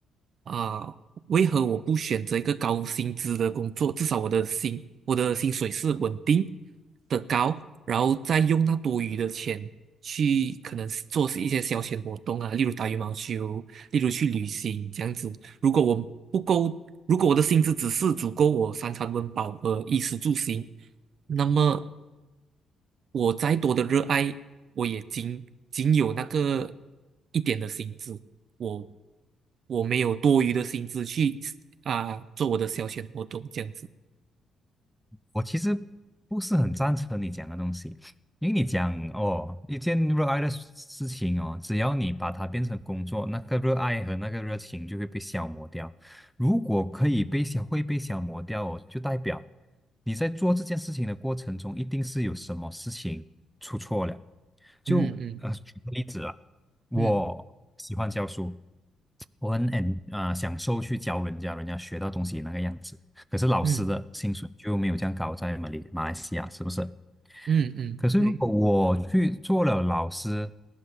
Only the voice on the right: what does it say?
啊、为何我不选择一个高薪资的工作？至少我的薪我的薪水是稳定的高，然后再用那多余的钱去可能做一些消遣活动啊，例如打羽毛球，例如去旅行这样子。如果我不够，如果我的薪资只是足够我三餐温饱和衣食住行，那么我再多的热爱，我也仅仅有那个一点的薪资，我我没有多余的薪资去啊、做我的消遣活动这样子。
嗯嗯
嗯
嗯
嗯嗯，
对，